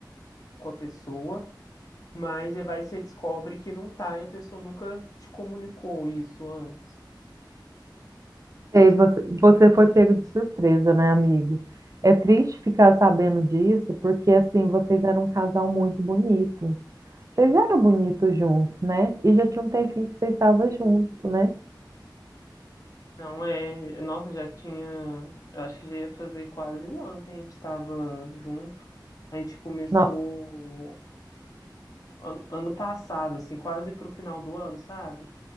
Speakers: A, on the left; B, on the right.
A: com a pessoa, mas aí vai você descobre que não tá e a pessoa nunca te comunicou isso antes.
B: Sei, você, você foi pego de surpresa, né, amigo? É triste ficar sabendo disso, porque assim, vocês eram um casal muito bonito. Vocês eram bonitos juntos, né? E já tinha um tempinho que vocês estavam juntos, né?
A: Não é. Nossa, já tinha. Eu acho que já ia fazer quase um ano que a gente estava junto. A gente começou
B: Não,
A: an- ano passado, assim, quase pro final do ano, sabe?